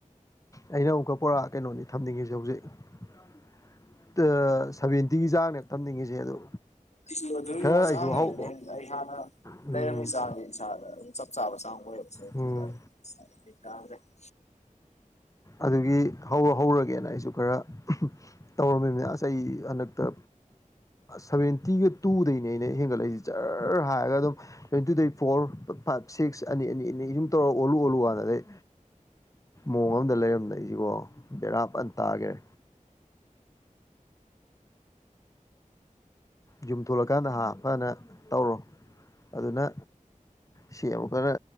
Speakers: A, on the left; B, on the left.
A: ꯑꯩꯅ ꯑꯃꯨꯛꯀ ꯄꯨꯔꯥ ꯀꯩꯅꯣꯅꯤ ꯊꯝꯅꯤꯡꯉꯤꯁꯦ ꯍꯧꯖꯤꯛ ꯁꯚꯦꯟꯇꯤꯒꯤ ꯆꯥꯡꯅꯦ ꯇꯝꯅꯤꯡꯉꯤꯁꯦ ꯑꯗꯣ
B: ꯑꯩ ꯑꯣꯏꯗꯒꯤ
A: ꯈꯔ
B: ꯋꯥ
A: ꯑꯩꯁꯨ
B: ꯆꯥꯡꯉꯅꯤ
A: ꯍꯧ
B: ꯑꯩ ꯍꯥꯟꯅ
A: ꯎꯝ
B: ꯂꯩꯔꯝꯃꯤ ꯆꯥꯡꯁ ꯏꯁꯥꯗ ꯑꯗꯨꯝ ꯆꯞ ꯆꯥꯕ ꯆꯥꯡ ꯑꯣꯏꯌꯦꯕ
A: ꯎꯝ
B: ꯦꯥ꯭ꯔꯦ <unintelligible> <inaudible>
A: ꯑꯗꯨꯒꯤ ꯍꯧꯔ ꯍꯧꯔꯒꯦꯅ ꯑꯩꯁꯨ ꯈꯔ ꯇꯧꯔꯝꯃꯤꯕꯅꯁ ꯑꯩ ꯍꯟꯗꯛꯇ ꯁꯚꯦꯟꯇꯤꯒ ꯇꯨꯗꯩꯅꯦ ꯑꯩꯅ ꯍꯦꯟꯒꯠꯂꯛꯏꯁꯤꯦ ꯖꯔ ꯍꯥꯏꯔꯒ ꯑꯗꯨꯝ ꯁꯦꯟꯇꯤ ꯇꯨꯗꯩ ꯐꯣꯔ ꯐꯥꯏꯚ ꯁꯤꯛꯁ ꯑꯅꯤ ꯑꯅꯤ ꯑꯅꯤꯨꯝ ꯇꯧꯔ ꯑꯣꯂꯨ ꯑꯣꯜꯂꯨꯀꯅꯗꯩ ꯃꯑꯣ ꯑꯩꯉꯣꯟꯗ ꯂꯩꯔꯝꯗꯏꯁꯤꯀꯣ ꯕꯦꯔꯥ ꯄꯅ ꯇꯥꯈꯔꯦ ꯌꯨꯝ ꯊꯣꯛꯣꯂꯀꯥꯟꯗ ꯍꯥ ꯐꯖꯅ ꯇꯧꯔꯣ ꯑꯗꯨꯅ ꯁꯤ ꯑꯃꯨꯛꯀꯔ